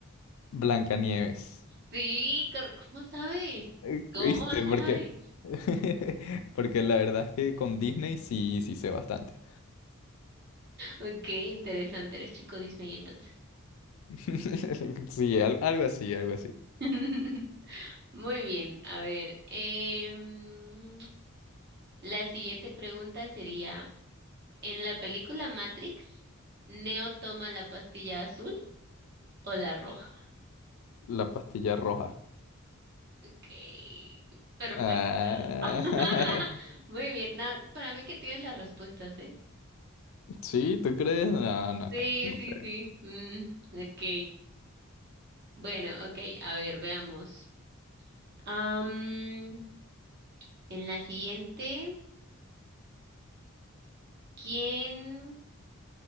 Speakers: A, on the left; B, on the right.
A: Blancanieves.
B: Sí, cor- ¿cómo sabes?
A: Eh,
B: ¿Cómo
A: ¿Viste?
B: sabes?
A: Porque, <laughs> porque la verdad es que con Disney sí, sí sé bastante.
B: Ok, interesante, eres chico Disney entonces.
A: <laughs> Sí, al- algo así, algo así.
B: <laughs> Muy bien, a ver. em, la siguiente pregunta sería, ¿en la película Matrix, Neo toma la pastilla azul o la roja?
A: La pastilla roja.
B: Ok, perfecto.
A: Ah,
B: <laughs> Muy bien, no, para mí que tienes las respuestas, ¿eh?
A: <laughs> sí, ¿tú crees? No, no,
B: Sí,
A: no
B: sí,
A: sé.
B: sí. Mm, ok, bueno, ok, a ver, veamos. Am, en la siguiente, ¿quién?